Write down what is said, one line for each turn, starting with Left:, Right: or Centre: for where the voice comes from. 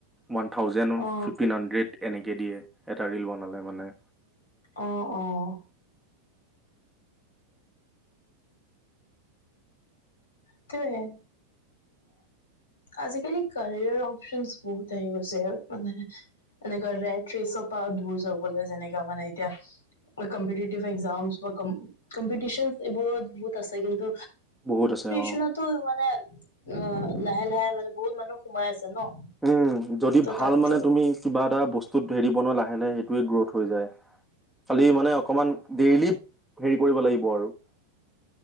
Centre: ওৱান থাউজেণ্ড
Left: অ
Centre: ফিফটিন হাণ্ড্ৰেড এনেকৈ দিয়ে। এটা ৰীল বনালে মানে।
Left: অ'! অ'! সেইটোৱে। আজিকালি, কেৰিয়াৰ অপচন বহুত আহি গৈছে মানে, এনেকা ৰাইট ৰেচৰ পৰা দূৰ যাবলৈ যেনেকা মানে, এতিয়া ক'ম্পিটেটিভ এক্সামছ, কম্পিটিছন এইবোৰত বহুত আছে। কিন্তু
Centre: বহুত আছে অ'!
Left: তোমাৰতো মানে অ'! লাহে লাহে মানে, বহুত মানুহ সোমাই আছে ন'।
Centre: উম! যদি
Left: ত
Centre: ভাল
Left: তাত
Centre: মানে, তুমি কিবা এটা বস্তুত হেৰি বনোৱা লাহে লাহে সেইটোৱে গ্ৰথ হৈ যায়। খালি মানে অকমান ডেইলি হেৰি কৰিব লাগিব আৰু